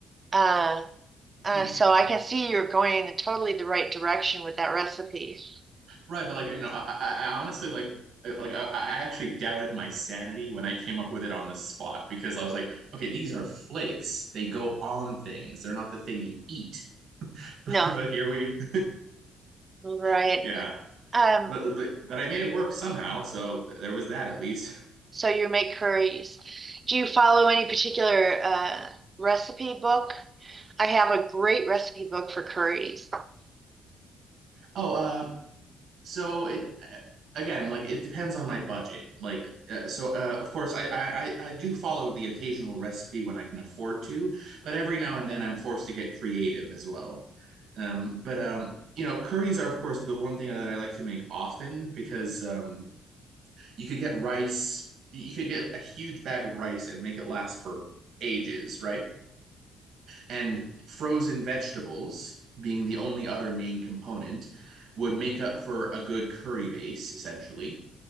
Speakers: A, on the right; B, on the right.
A: uh, uh,
B: hmm.
A: so I can see you're going in totally the right direction with that recipe.
B: right, but like you know, I, I, I honestly like uh, like I, I actually doubted my sanity when I came up with it on the spot because I was like, okay, these are flakes. They go on things. They're not the thing you eat. <laughs>
A: No,
B: But here we,
A: right.
B: <laughs> yeah.
A: Um,
B: but, but but I made it work somehow. So th- there was that at least. <laughs>
A: so you make curries. Do you follow any particular uh, recipe book? I have a great recipe book for curries,
B: Oh, uh, so it again, like it depends on my budget. Like uh, so, uh, of course, I, I I I do follow the occasional recipe when I can afford to, but every now and then I'm forced to get creative as well. Um, but um, you know, curries are of course the one thing that I like to make often because um, you could get rice, you could get a huge bag of rice and make it last for ages, right? and frozen vegetables being the only other main component would make up for a good curry base essentially